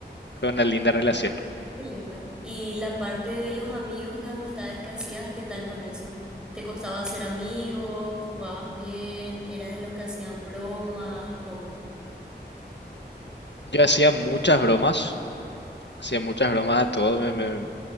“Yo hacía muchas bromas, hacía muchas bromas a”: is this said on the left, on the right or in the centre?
Left